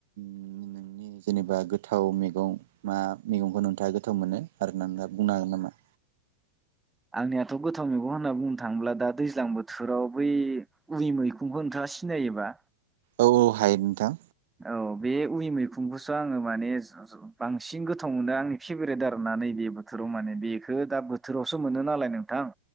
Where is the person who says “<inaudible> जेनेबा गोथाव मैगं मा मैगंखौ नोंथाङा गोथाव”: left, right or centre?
Right